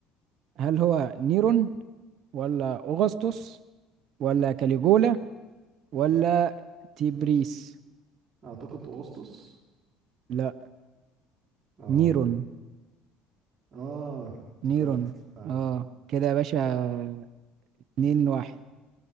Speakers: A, on the right (about 60°); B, on the right (about 40°).
A: هل هو نيرون ولا اوغسطس ولا كاليجولا ولا تيبريس
B: أعتقد أغسطس
A: لا
B: آه
A: نيرون
B: آه افتكرت
A: نيرون
B: فعلا
A: اه كده يا باشا اتنين واحد